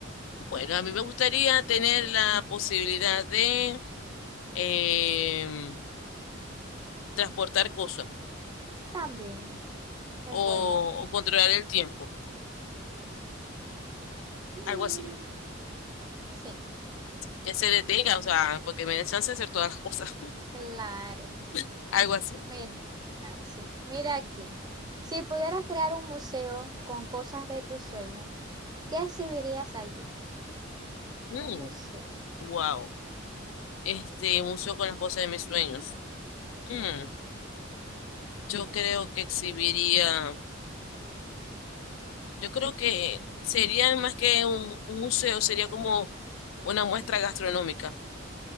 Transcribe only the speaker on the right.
También es
bueno.
Mm,
sí,
claro.
Mira, ah, sí, mira aquí. Si pudieras crear un museo con cosas de tus sueños, ¿qué exhibirías allí?
En un museo.